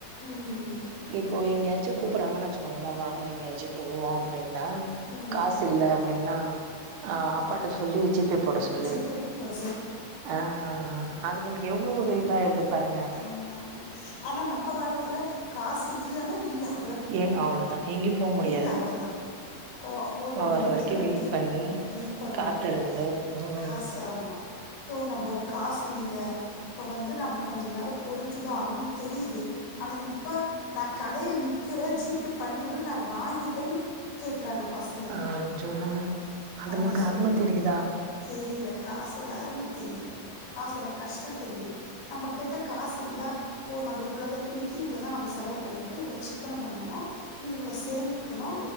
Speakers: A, on the left; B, on the right.
A: ம்
B: இப்போ எங்கயாச்சு கூப்பறாங்கனு வெச்சுக்கோங்களே வாங்க எங்கயாச்சி போவோ அப்டின்னா
A: ம்
B: காசு இல்ல அப்டின்னா அ அப்பாட்ட சொல்லி ஜி பே போட சொல்லு
A: ஜி பே போட
B: ஆ அதுங்களுக்கு எவ்ளோ ஒரு இதாயிருது பாருங்க
A: ஆமாமா ஆனா நம்ப காலத்துல காசு இல்லனா இல்ல அவ்
B: இல் அவ்ளோதா எங்கயு போக முடியா
A: ல அவ்ளதா ஓ ஓ நம்ப
B: வர்ற
A: வீட்ல
B: வரைக்கு
A: வந்து
B: வெயிட் பண்ணி
A: வெயிட் பண்ணனு
B: காத்திருந்து ம்
A: காசு ஆமா ஓ நம்ப காசு இல்ல அப்ப வந்து நம்ம கொஞ்ச நேர பொறுத்துதா ஆகணுன் தெரியுது ஆனா இப்ப நா கடையில நிக்கற ஜி பே பண்ணி உடு நா வாங்கி ட்டனு கேக்குறாங்க பசங்க
B: ஆ சொல்லுங்க அதுங்களுக்கு
A: அத சொல்லுங்க
B: அரும தெரியுதா
A: தெரில காசோட அரும தெரில காசோட கஷ்ட தெரில நம்பகிட்ட காசு இருந்தா ஓ நம்ப இவ்ளதா இன்னிக்கி இவ்ளதா செலவு பண்ணிருக்கோ இவ்ளோ சிக்கன பண்ணனு இன்னு இவ்ள சேமி க்கனு